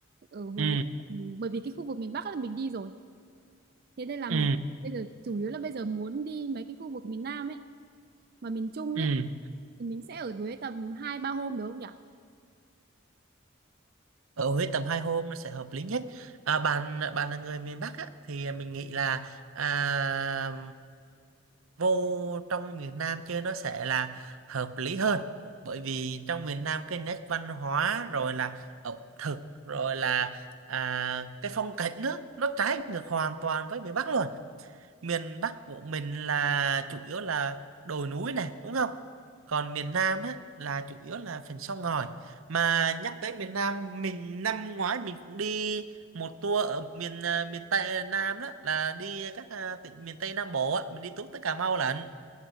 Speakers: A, on the right; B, on the right.
A: ở Huế
B: ừ,
A: ừm, bởi vì cái khu vực miền Bắc là mình đi rồi. Thế nên là
B: ừ,
A: mình bây giờ chủ yếu là bây giờ muốn đi mấy cái khu vực miền Nam ấy và miền Trung
B: ừ.
A: ấy thì mình sẽ ở Huế tầm 2 3 hôm được không nhỉ?
B: ở Huế tầm hai hôm nó sẽ hợp lý nhất à, bạn bạn là người miền Bắc á, thì mình nghĩ là à, vô trong miền Nam chơi nó sẽ là hợp lý hơn bởi vì trong miền Nam cái nét văn hóa rồi là ẩm thực rồi là à, cái phong cảnh nữa nó trái ngược hoàn toàn với miền Bắc luôn miền Bắc của mình là chủ yếu là đồi núi này đúng không còn miền Nam á, là chủ yếu là phần sông ngòi mà nhắc tới miền Nam mình năm ngoái mình cũng đi một tour ở miền à, miền Tây Nam đó là đi các à, tỉnh miền Tây Nam Bộ á, mình đi tuốt tới Cà Mau lận